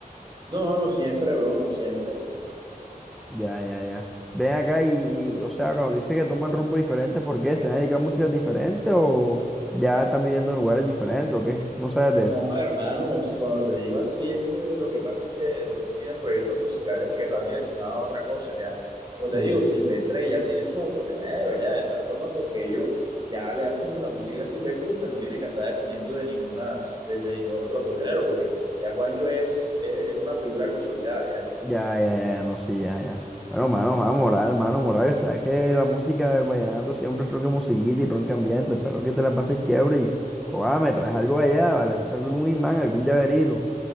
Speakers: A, on the right; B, in the centre.
A: No, no siempre, bro, no siempre.
B: Ya, ya, ya. Ven acá y, y, o sea, cuando tú dices que toman rumbo diferente, ¿por qué? ¿Se han dedicado a músicas diferentes o ya están viviendo en lugares diferentes o qué? No sabes de
A: No,
B: eso.
A: hermanos, cuando te digo así es que lo que pasa es que de pronto tienen proyectos musicales que van direccionados a otra cosa, ya. Como te
B: Mm.
A: digo, Silvestre ya tiene sus acordeoneros, ya, de tal forma pues que ellos ya le hacen la música a Silvestre y pues no tiene que andar dependiendo de ninguna, de, de ningún otro acordeonero, porque ya Juancho es, es, es una figura consolidada, ya.
B: Ya, ya, ya, ya, no, sí, ya, ya. Bueno, mano, va, moral, mano, moral. O sea, que la música del vallenato siempre es tronca musiquita y tronca ambiente. Espero que te la pases chévere y, joder, me traes algo allá, ¿vale? Si saco algún imán, algún llaverito.